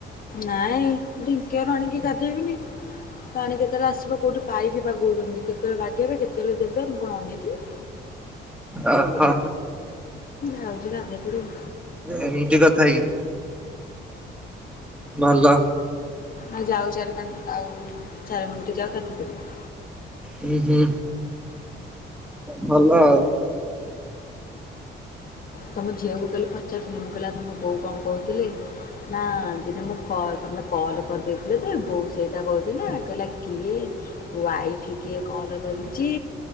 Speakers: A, on the left; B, in the centre.
A: ନାଇଁ ଢିଙ୍କିଆ ପାଣିକି ଗାଧେଇ। ପାଣି କେତେବେଳେ ଆସିବ କୋଉଠି ପାଇପି ବାଗଉଛନ୍ତି କେତେବେଳେ ବାଗେଇବେ କେତେବେଳେ ଦେବେ ମୁଁ କଣ ଅନେଇଥିବି।
B: ଅ ହ!
A: ଯାଉଛି ଗାଧେଇ ପଡିବି
B: ଏମିତି କଥା କି? ଭଲ
A: ଆଉ ଯାଉ ଚାରି ପାଞ୍ଚ ଆଉ ଚାରି ମିନିଟ ଯାଉ ଗାଧେଇ ପଡ଼ିବି।
B: ହୁଁ ହୁଁ ଭଲ ଆଉ।
A: ତମ ଝିଅକୁ କାଲି ପଚାରୁଥିଲି ମୁଁ କହିଲି ଆଉ ତମ ବୋଉ କଣକହୁଥିଲେ। ନା ଦିନେ ମୁଁ କଲ୍ ତମେ କଲ୍ କରିଦେଇଥିଲ ଯେ ବୋଉ ସେଇଟା କହୁଥିଲା କହିଲା କିଏ ୱାଇଫ କିଏ କଲ କରିଛି